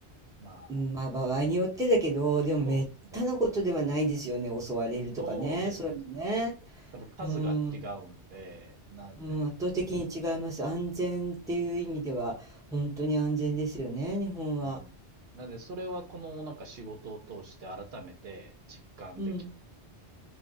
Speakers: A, on the right (about 65°); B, in the centre.
A: まあ、
B: うん、まあ、場合によってだけど、でも滅多なことではないですよね、
A: そうですね。
B: 襲われるとかね、
A: そうですよね。
B: そういうのね。
A: 多分数が違うんで、
B: うん、
A: なんで、
B: うん、圧倒的に違います。安全っていう意味では、本当に安全ですよね、日本は。
A: うん。なんで、それはこのなんか仕事を通して改めて実感できましたね。
B: うん、